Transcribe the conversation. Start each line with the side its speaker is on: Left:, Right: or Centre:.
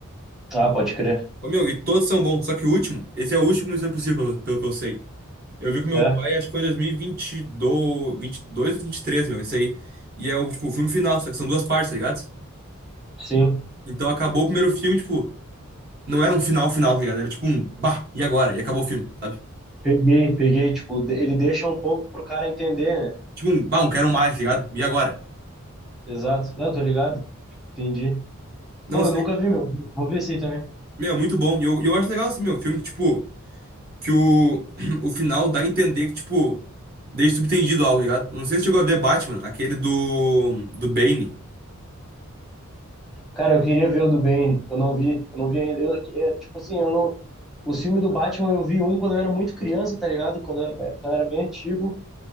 Centre: Ah, pode crer.
Right: Ô, meu, e todos são bons, só que o último, esse é o último Missão Impossível, pelo, pelo que eu sei. Eu vi com meu
Centre: É,
Right: pai, acho que foi em 2022, 22 ou vinte e três meu, isso aí. E é o, tipo, o filme final, só que são duas partes, tá ligado?
Centre: sim.
Right: Então acabou o primeiro filme, tipo, não era um final final, tá ligado? Era tipo um, bah, e agora? E acabou o filme, sabe?
Centre: Peguei, peguei, tipo, de- ele deixa um pouco pro cara entender, né?
Right: Tipo um, bah, um quero mais, tá ligado? E agora?
Centre: Exato. Não, tô ligado. Entendi.
Right: Não
Centre: Pô,
Right: sei.
Centre: eu nunca vi, meu. Vou ver esse aí também.
Right: Meu, é muito bom. E eu, eu acho legal, assim, meu, filme que, tipo, que o, <clears throat> o final dá a entender que, tipo, deixa subtendido algo, tá ligado? Não sei se chegou a ver Batman, aquele do, do Bane.
Centre: Cara, eu queria ver o do Bane. Eu não vi. Eu não vi ainda. Eu, é, tipo assim, eu não. Os filmes do Batman eu vi um quando eu era muito criança, tá ligado? Quando eu, né, quando eu era bem antigo.